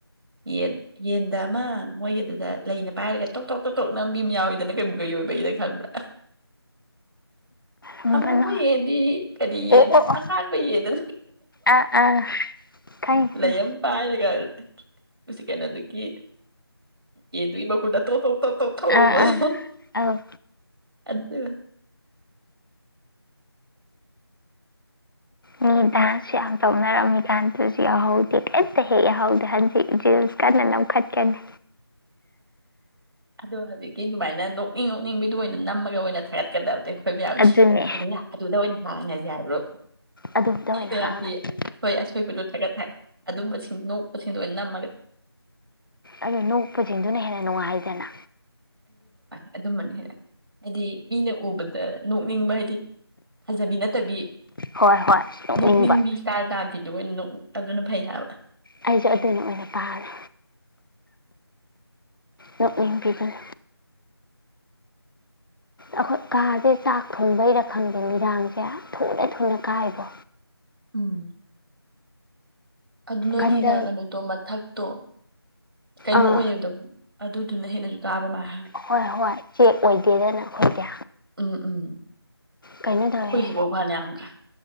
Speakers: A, on the right; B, on the left.
A: ꯌꯦꯟ ꯌꯦꯟꯗ ꯑꯃ ꯃꯣꯏꯒꯤꯗꯨꯗ ꯂꯩꯅ ꯄꯥꯏꯔꯒ ꯇꯣꯛ ꯇꯣꯛ ꯇꯣꯛ ꯇꯣꯛ ꯅꯝꯕꯤ ꯑꯃ ꯌꯥꯎꯋꯤꯗꯅ ꯀꯩꯝꯕ ꯀꯩꯑꯣꯏꯕꯒꯤꯗ ꯈꯡꯕ꯭ꯔꯥ
B: ꯕꯂꯥ
A: ꯑꯃꯨꯕ ꯌꯦꯟꯗꯤ ꯀꯔꯤ
B: ꯑꯣ
A: ꯌꯦꯟ
B: ꯑꯣ ꯑꯣ
A: ꯑꯉꯥꯡꯕ ꯌꯦꯟꯗ
B: ꯑꯥ ꯑꯥ ꯈꯪꯉꯦ ꯈꯪꯉꯦ
A: ꯂꯩꯑꯝ ꯄꯥꯏ <unintelligible> ꯑꯗꯨꯒꯤ ꯌꯦꯟꯗꯨꯒꯤ ꯃꯈꯨꯠꯅ ꯇꯣꯞ ꯇꯣꯞ ꯇꯣꯞ ꯇꯣꯞ ꯊꯣꯝꯕꯗꯣ
B: ꯑꯥ ꯑꯥ ꯑꯧ
A: ꯑꯗꯨ
B: ꯃꯤ ꯗꯥꯟꯁ ꯌꯥꯝ ꯇꯧꯅꯔꯝꯃꯤ ꯀꯥꯟꯗꯁꯨ ꯌꯥꯎꯍꯧꯗꯦ ꯀꯩꯝꯇ ꯍꯦꯛ ꯌꯥꯎꯍꯧꯗꯦ ꯍꯟꯖꯤꯛ ꯔꯤꯜꯁ ꯀꯟꯅ ꯅꯝꯈꯠꯀꯅꯤ
A: ꯑꯗꯣ ꯍꯧꯖꯤꯛꯀꯤ ꯑꯗꯨꯃꯥꯏꯅ ꯅꯣꯛꯅꯤꯡ ꯅꯣꯛꯅꯤꯡꯕꯤꯗꯨ ꯑꯣꯏꯅ ꯅꯝꯃꯒ ꯑꯣꯏꯅ ꯊꯥꯒꯠꯀꯗꯕꯅꯦ ꯃꯌꯥꯝꯒꯤ
B: ꯑꯗꯨꯅꯦ
A: ꯑꯗꯨꯅ ꯑꯗꯨꯗ ꯑꯣꯏꯅ ꯍꯥꯡ ꯉꯁꯤ ꯍꯥꯏꯕ꯭ꯔꯣ
B: ꯑꯗꯨꯝꯇ
A: ꯃꯤꯃꯌꯥꯝꯒꯤ
B: ꯑꯣꯏꯅ ꯍꯥꯡꯉꯁꯤ
A: ꯍꯣꯏ <unintelligible> ꯑꯣꯏꯕꯗꯣ ꯊꯥꯒꯠ <unintelligible> ꯑꯗꯨꯝꯕꯁꯤꯡ ꯅꯣꯛꯄꯁꯤꯡꯗꯣ ꯑꯣꯏꯅ ꯅꯝꯃꯒ
B: ꯑꯗꯨ ꯅꯣꯛꯄꯁꯤꯡꯗꯨꯅ ꯍꯦꯟꯅ ꯅꯨꯡꯉꯥꯏꯗꯅ
A: ꯑꯗꯨꯝꯕꯅꯤ <unintelligible> ꯍꯥꯏꯗꯤ ꯃꯤꯅ ꯎꯕꯗ ꯅꯣꯛꯅꯤꯡꯕ ꯍꯥꯏꯗꯤ ꯐꯖꯕꯤ ꯅꯠꯇꯕꯤ
B: ꯍꯣꯏ ꯍꯣꯏ ꯅꯣꯛꯅꯤꯡꯕ
A: ꯅꯣꯛꯅꯤꯡꯕꯤ ꯁ꯭ꯇꯥꯏꯜ ꯇꯥ ꯄꯤꯗꯨ ꯑꯣꯏꯅ ꯑꯗꯨꯅ ꯐꯩ ꯍꯥꯏꯕ
B: ꯑꯩꯖꯨ ꯑꯗꯨꯅ ꯑꯣꯏꯅ ꯄꯥꯝꯃꯦ ꯅꯣꯛꯅꯤꯡꯕꯤꯗꯨꯅ ꯑꯈꯣꯏ ꯀꯥꯁꯦ ꯆꯥꯛ ꯊꯣꯡꯕꯩꯔ ꯈꯪꯗꯦ ꯃꯤꯔꯥꯡꯁꯦ ꯊꯨꯅ ꯊꯨꯅ ꯀꯥꯏꯕꯣ
A: ꯎꯝ ꯑꯗꯨ ꯅꯣꯏꯒꯤꯅ
B: ꯀꯟꯗ
A: ꯀꯩꯅꯣꯗꯣ ꯃꯊꯛꯇꯣ ꯀꯩꯅꯣ
B: ꯑꯥ
A: ꯑꯣꯏꯕꯗꯣ ꯑꯗꯨꯗꯨꯅ ꯍꯦꯟꯅꯁꯨ ꯀꯥꯕ ꯃꯥꯜ
B: ꯍꯣꯏ ꯍꯣꯏ ꯆꯦꯛ ꯑꯣꯏꯗꯦꯗꯅ ꯑꯩꯈꯣꯏꯗꯤ
A: ꯎꯝ ꯎꯝ
B: ꯀꯩꯅꯣ
A: ꯑꯩꯈꯣꯏꯒꯤꯐꯥꯎ
B: ꯇꯧꯋꯦ
A: ꯐꯅ ꯌꯥꯝ ꯀꯥꯏ